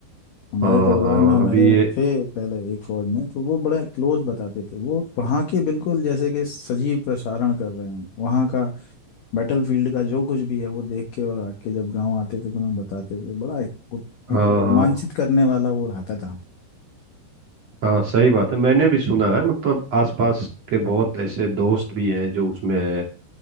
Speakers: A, on the left; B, on the right.
A: हमारे
B: हाँ
A: परिवार
B: हाँ
A: में हमारे
B: अभी ये
A: थे पहले एक फौज में तो वो बड़े क्लोज बताते थे वो वहाँ के बिल्कुल जैसे कि सजीव प्रसारण कर रहे हों वहाँ का बैटल फील्ड का जो कुछ भी है वो देख के और आके जब गाँव आते थे तो हमें बताते थे बड़ा एक मतलब
B: हाँ
A: रोमांचित
B: हाँ
A: करने वाला वो रहता था
B: हाँ सही बात है मैंने भी सुना है मतलब आसपास के बहुत ऐसे दोस्त भी हैं जो उसमें हैं।